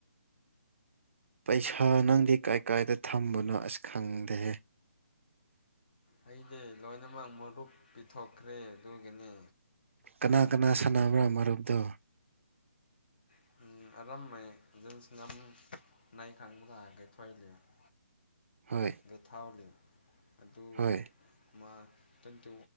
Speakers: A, on the right (about 55°); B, on the left (about 40°).
A: ꯄꯩꯁꯥ ꯅꯪꯗꯤ ꯀꯥꯏ ꯀꯥꯏꯗ ꯊꯝꯕꯅꯣ ꯑꯁ ꯈꯪꯗꯦꯍꯦ
B: ꯑꯩꯗꯤ ꯂꯣꯏꯅꯃꯛ ꯃꯔꯨꯞ ꯄꯤꯊꯣꯛꯈ꯭ꯔꯦ ꯑꯗꯨꯒꯤꯅꯤ
A: ꯀꯅꯥ ꯀꯅꯥ ꯁꯥꯟꯅꯕ꯭ꯔꯥ ꯃꯔꯨꯞꯗꯣ
B: <unintelligible> <unintelligible> <unintelligible> <unintelligible>
A: ꯍꯣꯏ
B: <unintelligible> ꯑꯗꯨ
A: ꯍꯣꯏ
B: ꯃꯥ ꯇ꯭ꯋꯦꯟꯇꯤ